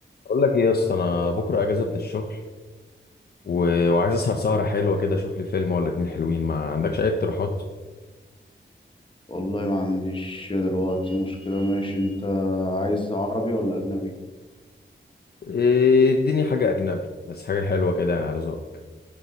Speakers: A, on the left; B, on the left.
A: اقول لك ايه يا اسطى انا بكره اجازه من الشغل و... وعايز اسهر سهره حلوه كده اشوف لي فيلم ولا اتنين حلوين ما عندكش اي اقتراحات
B: والله ما عنديش دلوقتي مشكلة ماشي انت عايز عربي ولا اجنبي
A: إيه، اديني حاجه اجنبي بس حاجه حلوه كده يعني على ذوقك